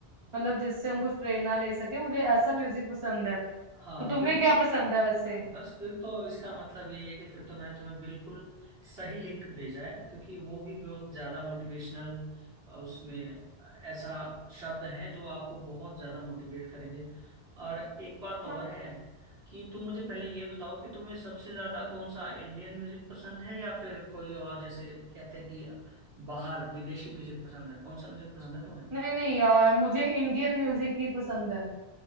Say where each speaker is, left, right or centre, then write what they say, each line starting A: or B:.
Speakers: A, on the right (about 30°); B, on the right (about 70°).
A: मतलब जिससे हम कुछ प्रेरणा ले सके मुझे ऐसा म्यूजिक पसंद है
B: हाँ
A: तो
B: हाँ
A: तुम्हें
B: बिल्कुल
A: क्या पसंद है वैसे
B: बस फिर तो इसका मतलब यही है कि फिर तो मैंने तुम्हें बिल्कुल सही लिंक भेजा है क्योंकि वो भी बहुत ज्यादा मोटिवेशनल उसमें ऐसा शब्द है जो आपको बहुत ज्यादा मोटिवेट करेंगे और एक बात और
A: हाँ
B: है कि तुम मुझे पहले ये बताओ कि तुम्हें सबसे ज्यादा कौन सा इंडियन म्यूजिक पसंद है या फिर कोई और जैसे कहते हैं कि बाहर विदेशी म्यूजिक पसंद है कौन सा म्यूजिक पसंद है तुम्हें
A: नहीं नहीं यार मुझे इंडियन म्यूजिक ही पसंद है